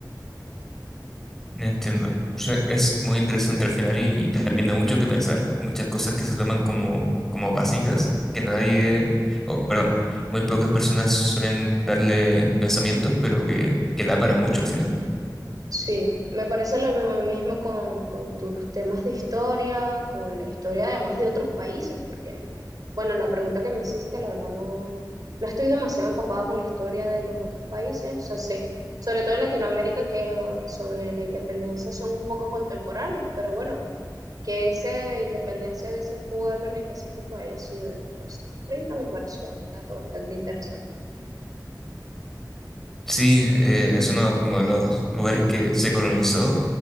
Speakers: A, in the centre; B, on the right.
A: Entiendo. O sea, es muy interesante al final y también da mucho que pensar. Muchas cosas que se toman como, como básicas, que nadie, o perdón, muy pocas personas suelen darle pensamientos, pero que, que da para mucho al final.
B: Sí, me parece lo mismo con, con tus temas de historia, con la historia además de otros países, porque, bueno, la pregunta que me hiciste, la verdad no, no estoy demasiado empapada con la historia de los otros países, o sea, sé, sobre todo en Latinoamérica, que uh, sobre la independencia son un poco contemporáneos, pero bueno, que esa independencia de ese pueblo en específico haya sido en 1930 me pareció un dato bastante interesante.
A: Sí, eh, es uno como de los lugares que se colonizó